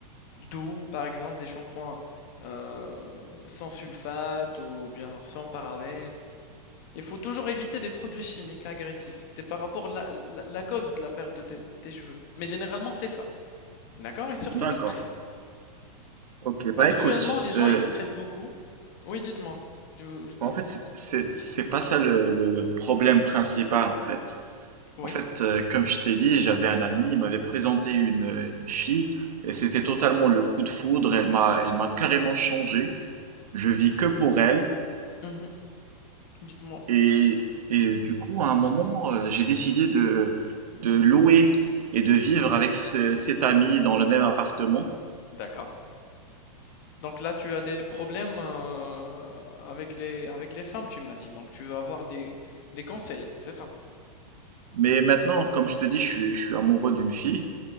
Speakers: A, on the left (about 30°); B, on the right (about 75°).
A: doux, par exemple, des shampoings euh, sans sulfate ou bien sans parabènes. Il faut toujours éviter des produits chimiques agressifs. C'est par rapport à la, la- la cause de la perte de tes tes cheveux. Mais généralement, c'est ça. D'accord? Et surtout
B: d'accord.
A: le stress.
B: Ok, bah
A: Habituellement,
B: écoute,
A: les gens,
B: euh,
A: ils stressent beaucoup. Oui, dites-moi. Je, je t'entends.
B: En fait, c'est c'est- c'est pas ça le, le problème principal, en fait.
A: Oui.
B: En fait, euh, comme je t'ai dit, j'avais un ami, il m'avait présenté une, une fille, et c'était totalement le coup de foudre, elle m'a, elle m'a carrément changé. Je vis que pour elle,
A: Mhm. Dites-moi.
B: et, et du coup, à un moment, euh, j'ai décidé de, de louer et de vivre avec ce- cet ami dans le même appartement.
A: D'accord. Donc là, tu as des problèmes euh, avec les, avec les femmes, tu m'as dit. Donc tu veux avoir des, des conseils, c'est ça?
B: Mais maintenant, comme je te dis, je suis, je suis amoureux d'une fille,